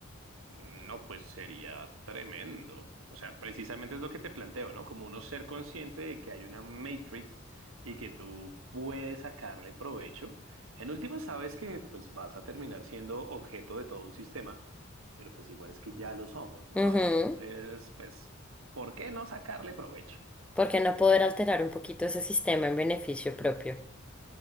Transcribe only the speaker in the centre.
Ujú.
porque no poder alterar un poquito ese sistema en beneficio propio?